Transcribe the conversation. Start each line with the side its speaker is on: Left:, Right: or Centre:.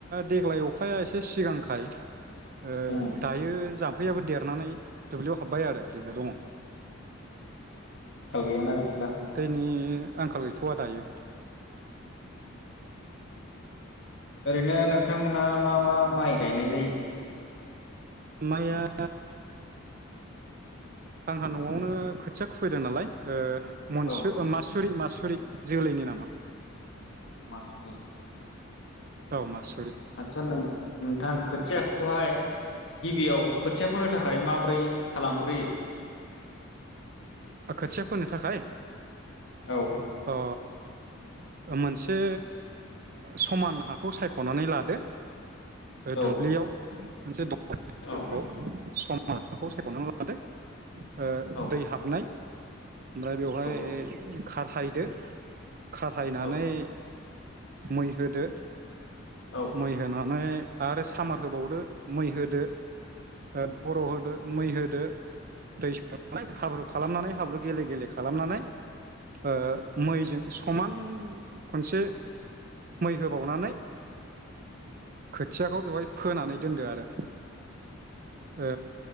Right: देग्लाय अखाया एसे सिगांखाय ओ
Left: उम
Right: दायो जाम फैयाबो देरनानै दुब्लियाव हाब्बाय आरो दैया दङ।
Left: गोयाना बिदिब्ला।
Right: दैनि आंखाल गैथ'वा दायो। <inaudible>
Left: ओरैनो नोंथांमोनहा मा मा माइ गायनाय जायो?
Right: माइया आंहा न'आवनो खोथिया खुबैदों नालाय ओ‌ मनसु
Left: औ
Right: मासुरि मा सरि जोलैनि नामा?
Left: मासुरि,
Right: औ मास
Left: आतसा नोंथां खोथिया खौहाय गिबियाव खोथिया फोनो थाखाय माबोरै खालामग्रोयो?
Right: खोथिया फोनो थाखाय
Left: औ
Right: अ मोनसे समान हाखौ सायख'नानै लादो। ओ
Left: औ
Right: दुब्लियाव मोनसे द <unintelligible>
Left: औ
Right: सम माबाखौ सायख'नानै लादो। ओ
Left: औ
Right: दै <inaudible> ओमफ्राय बेवहाय
Left: औ
Right: खारहायदो। खारहायनानै
Left: औ
Right: मोय होदो
Left: औ
Right: मै होनानै आरो स सामार होबावदो मै होदो। ओ बर' होदो मै होदो। दै <unintelligible> हाब्रु खालामनानै हाब्रु गेले गेले खालामनानै। ओ‌ मैजों समान। खनसे मै होबावनानै। खोथियाखौ बेवहाय। फोनानै दोनदो आरो। ओ